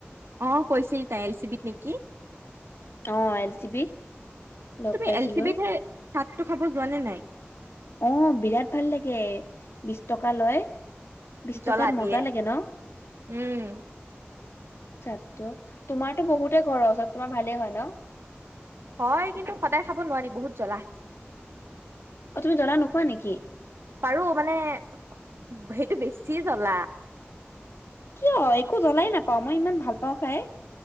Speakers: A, on the right (about 80°); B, on the left (about 75°).
A: অ', কৈছিল তাই এল চি বিত নেকি?
B: অ', এল চি বিত। লগ
A: তুমি
B: পাইছিলো
A: এল চি বি সেই চাটটো খাব যোৱা নে নাই?
B: অ', বিৰাট ভাল লাগে বিশ টকা লয়। বিশ
A: জ্বলা
B: টকাত
A: দিয়ে
B: মজা লাগে ন।
A: উম
B: ছাটটো তোমাৰতো বহুতে ঘৰৰ ওচৰত তোমাৰ ভালেই হয় ন।
A: হয়। কিন্তু, সদায় খাব নোৱাৰি বহুত জ্বলা।
B: অ' তুমি জ্বলা নোখোৱা নেকি?
A: পাৰো মানে সেইটো বেছি জ্বলা।
B: কিয় একো জ্বলাই নাপাওঁ, মই ইমান ভাল পাওঁ খাই।